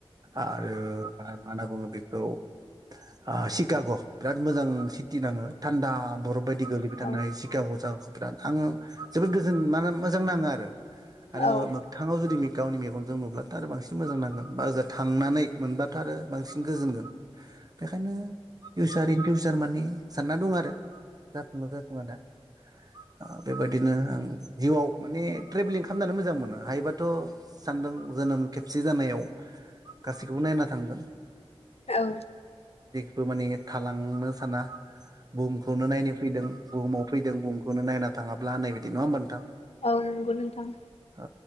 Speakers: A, on the right; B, on the left.
A: आरो मा होनना बुङो बेखौ आ सिकाग' बिराद मोजां सिटि नाङो। थान्दा बरफ बायदि गोलैबाय
B: औ
A: थानाय सिकाग' जायगाखौ बिराद आङो जोबोद गोजोन मा मोजां नाङो आरो आरो
B: औ
A: मोगथाङाव जुदि गावनि मेगनजों नुब्लाथ' आरो बांसिन मोजां नांगोन बा ओजा थांनानै मोनब्लाथ' आरो बांसिन गोजोनगोन। बेखायनो फिउसार इन फिउसार तारमाने सानना दं आरो जाफुङो जाफुङा दा ओ बेबायदिनो आं जिउआव माने ट्रेभेलिं खामनानै मोजां मोनो हायोबाथ' सान्दों जोनोम खेबसे जानायाव गासैखौबो नायना थांगोन।
B: औ।
A: जेबो माने थालांनो साना। बुहुमखौनो नायनो फैदों। बुहुमाव फैदों बुहुमखौनो नायना थाङाब्ला होननाय बायदि। नङा होमबा नोंथां?
B: औ नंगौ नोंथां।
A: औ